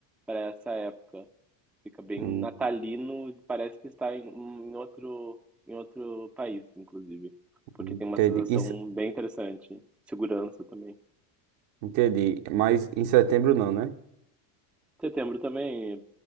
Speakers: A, in the centre; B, on the right (about 70°).
A: para essa época. Fica bem
B: Hum,
A: natalino, parece que está em, em outro em outro país, inclusive, porque
B: Entendi.
A: tem uma sensação
B: Em se-
A: bem interessante. Segurança também.
B: Entendi. Mas em setembro não, né?
A: Setembro também